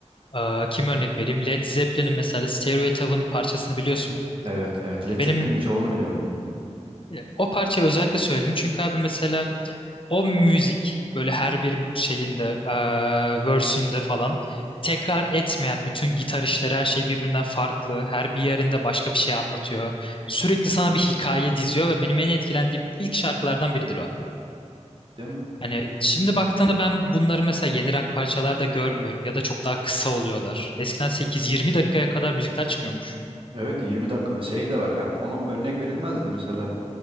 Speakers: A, on the left; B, on the right.
A: e, kim örnek vereyim? Led Zeppelin'in mesela Stairway to Heaven parçasını biliyorsun.
B: Evet evet. Led
A: Benim
B: Zeppelin'in çoğunu biliyorum yani.
A: e, o parçayı özellikle söyledim çünkü abi mesela O müzik böyle her bir şeyinde, eee verse'ünde falan tekrar etmeyen bütün gitar işleri her şey birbirinden farklı. Her bir yerinde başka bir şey anlatıyor. Sürekli sana bir hikaye diziyor ve benim en etkilendiğim ilk şarkılardan biridir o.
B: Değil mi?
A: Hani şimdi baktığında ben bunları mesela yeni rock parçalarda görmüyorum ya da çok daha kısa oluyorlar. Eskiden 8-20 dakikaya kadar müzikler çıkıyormuş.
B: Evet 20 dakika şey de var. Yani ona örnek verilmez de mesela